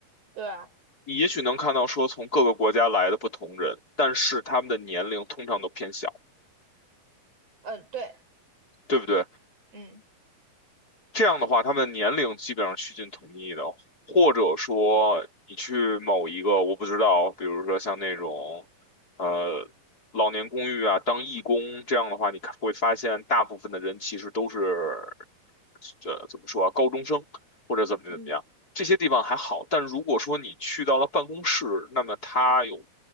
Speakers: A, on the right (about 40°); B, on the left (about 25°).
A: 对啊，
B: 你也许能看到说从各个国家来的不同人，但是他们的年龄通常都偏小，
A: 嗯对，
B: 对不对？
A: 嗯
B: 这样的话，他们年龄基本上趋近统一的，或者说你去某一个，我不知道，比如说像那种，呃，老年公寓啊，当义工这样的话，你看会发现大部分的人其实都是，这怎么说啊，高中生或者怎么怎么样，
A: 嗯，
B: 这些地方还好，但如果说你去到了办公室，那么他有